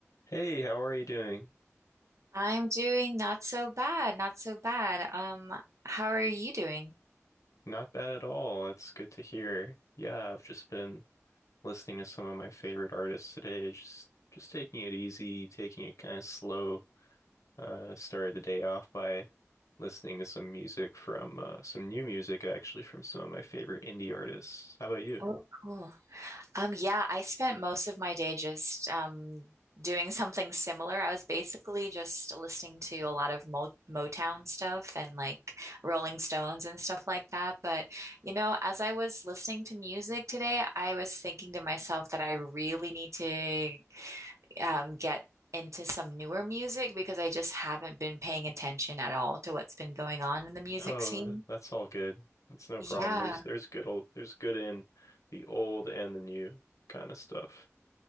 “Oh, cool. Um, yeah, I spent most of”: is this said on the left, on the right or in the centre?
Right